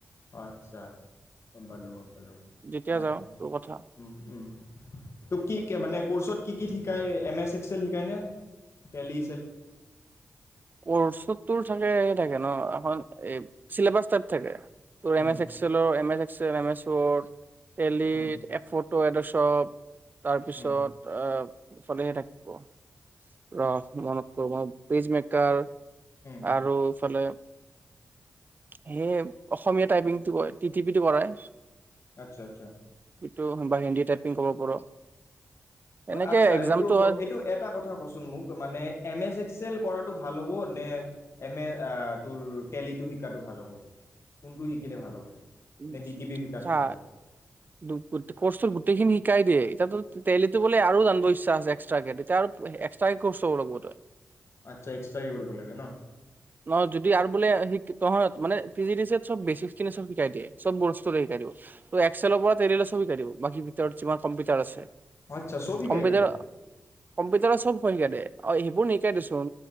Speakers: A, on the left; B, on the right.
A: আচ্ছা গম পালোঁ, গম পালোঁ
B: যেতিয়া
A: নাই
B: যাওঁ তোৰ কথা
A: উম, উম। তোক কি শিকায় মানে কৌৰচত কি কি শিকায় এম এছ এক্সেল শিকাইনে? তেলি
B: কৌৰচত তোৰ থাকে সেই থাকে। ন, এখন এই চিলেভাজ টাইপ থাকে। তোৰ এম
A: উম
B: এছ এক্সেলৰ MS Excel M S Word tele
A: উম
B: এফটো এডচ চ'প। তাৰ পিছত,
A: উম
B: অহ। চলিহে থাকিব ৰ'হ মনত কৰোবাত পেজ মেকাৰ।
A: উম
B: আৰু ইফালে সেয়ে অসমীয়া টাইপিঙটো কৈ টি টি পিটো কৰাই।
A: আচ্ছা, আচ্ছা।
B: টোহ বা হিন্দী টাইপিং ক'ব পাৰ'। এনেকে
A: আচ্ছা
B: এক্জামটো
A: এইটো
B: হয়
A: এইটো এটা কথা কচোন মোক মানে এম এছ এক্সেল কৰা টো ভাল হ'ব নে এম এ ত তেটেলিটো শিকাতটো ভাল হ'ব, কোনটো শিকিলে ভাল হ'ব?
B: উম,
A: নে ডি টি পি শিকাটো
B: চা
A: ভাল হ'ব
B: দুকট-কোৰ্সটোত গোটেইখিনি শিকাই দিয়ে। তেতিয়াটো টেলীটো বোলে আৰু জানিব ইচ্ছা আছে এক্সট্ৰাকে তেতিয়া আৰু এক্সট্ৰাকে কৌৰ্স ল'ব লাগব তই।
A: আচ্ছা, এক্সট্ৰাকে কৰিব লাগে ন'?
B: নহয় যদি আৰু বোলে শিকি তহঁত মানে পি জি দি ছি এত চব বেচিকখিনি চব শিকাই দিয়ে চব বস্তুৰে শিকাই দিব তোক এক্সেলৰ পৰা টেলীলে চব শিকাই দিব বাকী ভিতৰত যিমান কম্পিউটাৰ আছে,
A: আচ্ছা চব শিকাই
B: কম্পিউটাৰ
A: দিয়ে
B: কম্পিউটাৰত চব শিকাই দে অ সেইবোৰ নিশিকাই দেছোন